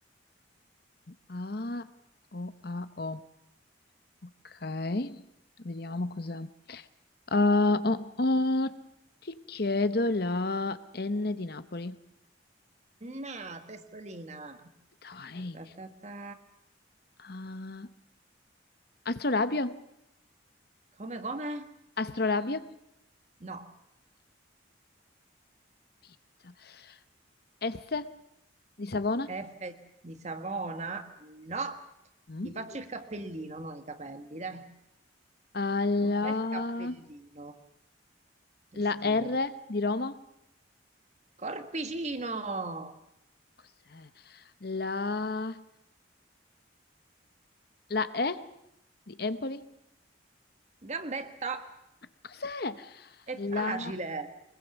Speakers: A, on the left; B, on the right.
A: A, O, A, O. Ok, vediamo cos'è. Ah, oh, oh, ti chiedo la N di Napoli.
B: Na, testolina.
A: Dai.
B: Ta, ta, ta, ta.
A: Ah, Astrolabio?
B: Come, come?
A: Astrolabio?
B: No.
A: Pizza. S di Savona?
B: F di Savona? No.
A: Sì. Mm.
B: Ti faccio il cappellino, non i capelli, dai.
A: Alla...
B: Un bel cappellino
A: La
B: estivo.
A: R di Roma?
B: Corpicino.
A: Cos'è? La... La E di Empoli?
B: Gambetta.
A: Cos'è?
B: È
A: La...
B: facile.